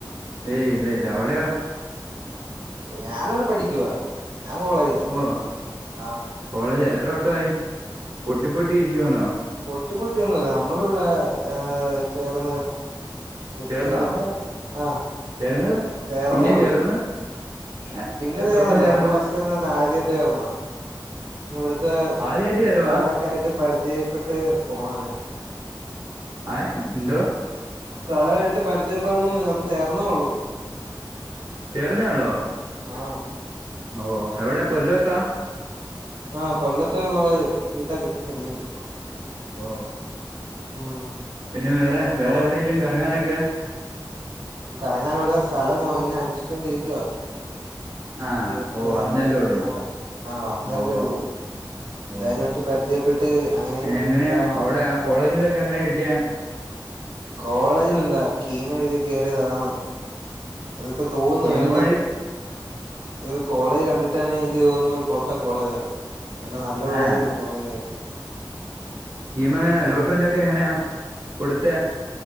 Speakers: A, on the right; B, on the right.
A: ഏയ് ഇല്ല ഇല്ല അവിടെയോ
B: ഞാനിവിടെ പഠിക്കുവാ ഞാൻ കോളേജിലാ
A: ഓ
B: ആഹ്
A: കോളേജ് എത്ര വട്ടായി പൊട്ടി പൊട്ടി ഇരിക്കുവാന്നോ?
B: പൊട്ടി പൊട്ടിയൊന്നുംല്ല നമ്മളിവിടെ ഏഹ് ചേർന്ന്
A: ചേർന്നാ
B: ചേർന്ന് ആഹ
A: ചേർന്ന്
B: ചേർന്നേ
A: പിന്നെയും
B: ഉള്ളു
A: ചേർന്ന് ഏ
B: പിന്നെന്നും
A: എത്ര
B: ചേർന്നല്ല
A: വട്ടം ചേർന്ന്
B: നമ്മള് ഫാസ്റ്റ് തന്നെ ആദ്യയിട്ട് ചേർന്നാ. ഇവിടുത്തെ
A: ആദ്യമായിട്ട് ചേരുവാ
B: സ്ഥലൊക്കെ ആയിട്ട് പരിചയപ്പെട്ട് പോണം അങ്ങനെ.
A: ആഹ് എന്തോ?
B: സ്ഥലായിട്ട് പരിചയപ്പെടണംന്ന് ഇന്ന് ചേർന്നെ ഒള്ളു.
A: ചേർന്നെ ഉള്ളോ?
B: ആഹ്
A: ഓ എവിടെ കൊല്ലോത്താ.
B: ആ കൊല്ലത്തോരു കോളേജ് ബീടെക്ക് പഠിക്കുന്നു.
A: ഓ
B: ഉം
A: പിന്നെ വേറെ വേറെ
B: ബ്രോ
A: എവിടെയെങ്കിലും കറങ്ങാനൊക്കെ
B: കറങ്ങാൻ ഇവിടെ സ്ഥലം അയ്ന് അന്വേഷിച്ചുകൊണ്ടിരിക്കുവാ.
A: ആ
B: തിയേറ്റർ
A: ഓ അന്നല്ലേ
B: അങ്ങനത്തെ
A: ഉള്ളൂ
B: ആ ആഹ് വന്നല്ലേ
A: ഓ ഓ
B: ഉള്ളൂ. എല്ലാരുയിട്ട്
A: ഓ
B: പരിചയപ്പെട്ട് അങ്ങനെന്
A: എങ്ങനെയാ
B: ഇതാണോ?
A: അവിടെ ആ കോളേജിലൊക്കെ എങ്ങനെ കിട്ടിയ
B: കോളേജിൽ എന്താ കീമ്മ് എഴുതി കേറിയതാന്ന് അതിപ്പോ തോന്നുന്നു
A: കിമൊഴി
B: വേണ്ടെന്ന് ഈ കോളേജ് കണ്ടിട്ടാണെകിൽ എനിക്ക് തോന്നുന്നു പൊട്ട കോളേജ് ആണ്ന് വല്ല നല്ല കോളേജ്
A: ആ
B: എല്ലാം പോയാൽ മതിയായിരുന്നു.
A: സ്കീമ് എങ്ങനെ അലോട്ട്മെന്റ്
B: ആന്ന്
A: ഒക്കെ എങ്ങനെയാ കൊടുത്തെ